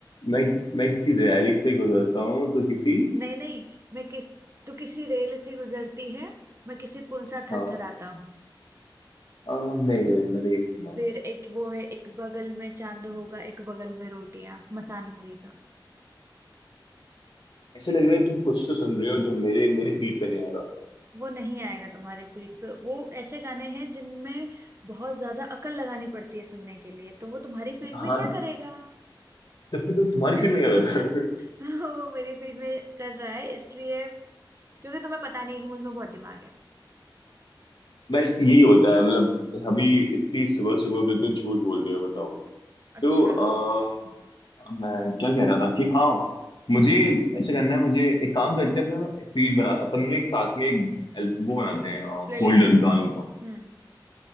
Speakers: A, on the left (about 65°); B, on the right (about 30°).
A: मैं मैं किसी रैली से गुजरता हूँ तो किसी
B: नहीं नहीं मैं किस तू किसी रेल से गुजरती है मैं किसी पुल सा
A: हाँ
B: थरथराता हूँ
A: अ, नहीं नहीं नहीं, मैंने ये नहीं सुना
B: फिर एक वो है एक बगल में चांद होगा एक बगल में रोटियां मसान मूवी का
A: ऐसे लग रहा है तुम कुछ तो सुन रहे हो जो मेरे मेरी फीड पे नहीं आ रहा
B: वो नहीं आएगा तुम्हारे फीड पे वो ऐसे गाने हैं जिनमें बहुत ज्यादा अकल लगानी पड़ती है सुनने के लिए तो वो तुम्हारी फीड
A: हाँ
B: में क्या करेगा
A: तो फिर तो तुम्हारी फीड में क्या कर रहा है
B: <laughs> वो मेरी फील्ड में कर रहा है इसलिए क्योंकि तुम्हें पता नहीं है कि मुझ में बहुत दिमाग है
A: बस यही होता है मतलब अभी इतनी सुबह सुबह बिल्कुल झूठ बोल दिया बताओ
B: अच्छा
A: तो आ, मैं क्या कह रहा था कि हाँ मुझे ऐसा करना है मुझे एक काम करते हैं अपना फीड बना अपन दोनों एक साथ में एक एल- वो बनाते हैं
B: प्लेलिस्ट
A: फोल्डर गानों का
B: हम्म